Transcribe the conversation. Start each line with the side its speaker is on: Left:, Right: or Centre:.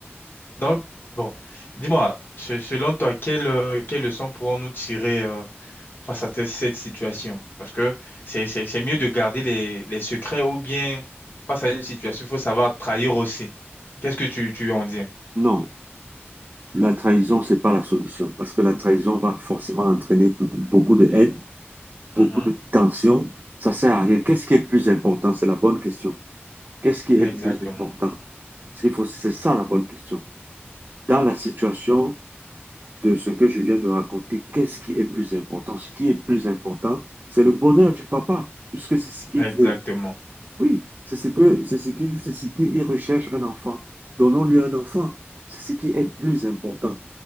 Left: Donc, bon, dis-moi, se- selon toi, quelle, euh, quelle leçon pourrons-nous tirer euh, face à te- cette situation? Parce que c'est, c'est, c'est mieux de garder les, les secrets ou bien face à une situation, il faut savoir trahir aussi. Qu'est-ce que tu, tu en dis?
Right: Non, la trahison, c'est pas la solution parce que la trahison va forcément entraîner beaucoup beaucoup de haine, beaucoup
Left: Mhm.
Right: de tension. Ça sert à rien. Qu'est-ce qui est plus important? C'est la bonne question. Qu'est-ce qui est
Left: Exactement,
Right: plus important? Ce qu'il faut, c'est ça la bonne question. Dans la situation de ce que je viens de raconter, qu'est-ce qui est plus important? Ce qui est plus important, c'est le bonheur du papa, puisque c'est ce qu'il
Left: exactement.
Right: veut. Oui, c'est ce que, c'est ce qui, c'est ce qu'il recherche un enfant. Donnons-lui un enfant. C'est ce qui est plus important.